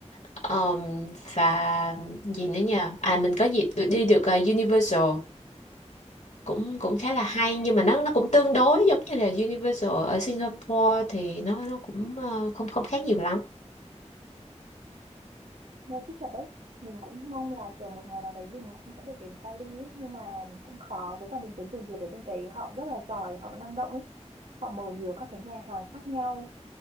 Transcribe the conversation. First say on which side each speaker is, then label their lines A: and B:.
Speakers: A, on the left; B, on the right.
A: Ờm, và gì nữa nhờ? À mình có dịp được đi được ờ, Universal cũng cũng khá là hay nhưng mà nó nó cũng tương đối giống như là Universal ở Singapore thì nó nó cũng ờ, không không khác nhiều lắm.
B: nghe thích thật đấy mình cũng mong là kiểu một ngày nào đấy mình cũng sẽ được đến Cali ấy, nhưng mà cũng khó với cả mình tính người Việt ở bên đấy họ rất là giỏi họ năng động ấy họ mở nhiều các cái nhà hàng khác nhau